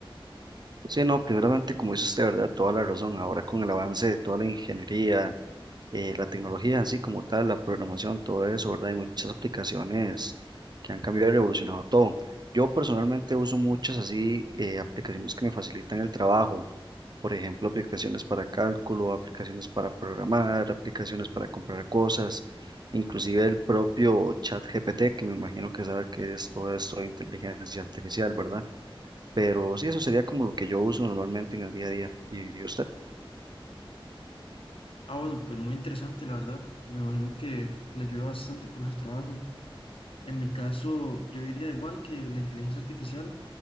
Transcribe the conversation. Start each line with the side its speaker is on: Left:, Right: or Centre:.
Right: Sí, no, primeramente, como dice usted, ¿verdad? Toda la razón. Ahora con el avance de toda la ingeniería, eh, la tecnología en sí como tal, la programación, todo eso, ¿verdad? Hay muchas aplicaciones que han cambiado y revolucionado todo. Yo personalmente uso muchas así eh, aplicaciones que me facilitan el trabajo. Por ejemplo, aplicaciones para cálculo, aplicaciones para programar, aplicaciones para comprar cosas, inclusive el propio ChatGPT, que me imagino que sabe que es todo esto de inteligencia artificial, ¿verdad? Pero sí, eso sería como lo que yo uso normalmente en el día a día. ¿Y y usted?
Left: Ah, bueno, pues muy interesante, la verdad. Me imagino que le ayuda bastante por su trabajo. En mi caso, yo diría igual que la inteligencia artificial.